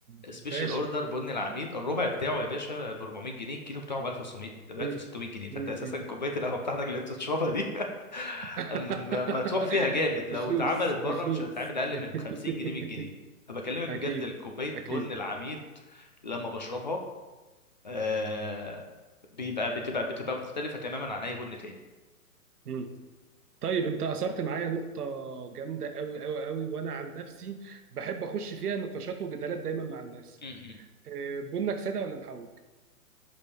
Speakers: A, on the right (about 80°); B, on the left (about 30°).
A: باشا
B: سبيشال اوردر بن العميد الربع بتاعه يا باشا ب 400 جنيه الكيلو بتاعه ب 1600 ب 1600
A: مم،
B: جنيه فانت اساسا
A: مم،
B: كوبايه القهوه بتاعتك اللي انت بتشربها دي <laughs>
A: <laughs>
B: م- م- مدفوع فيها جامد لو
A: بفلوس
B: اتعملت بره
A: بفلوس
B: مش هتتعمل اقل من 50
A: <laughs>
B: جنيه 100 جنيه فبكلمك بجد
A: اكيد
B: الكوبايه
A: اكيد
B: بن العميد لما بشربها آه بيبقى بتبقى بتبقى مختلفه تماما عن اي بن تاني
A: مم. طيب انت اثرت معايا نقطه جامده قوي قوي قوي وانا عن نفسي بحب اخش فيها نقاشات وجدالات دايما مع الناس
B: م- م.
A: آه، بنك ساده ولا محوج